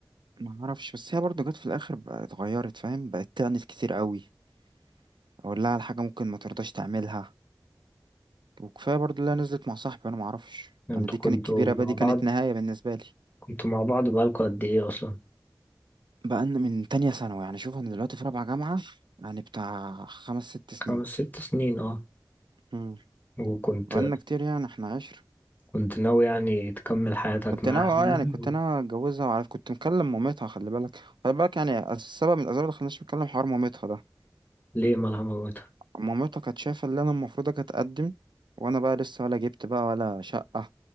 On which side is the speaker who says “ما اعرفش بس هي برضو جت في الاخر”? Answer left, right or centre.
Right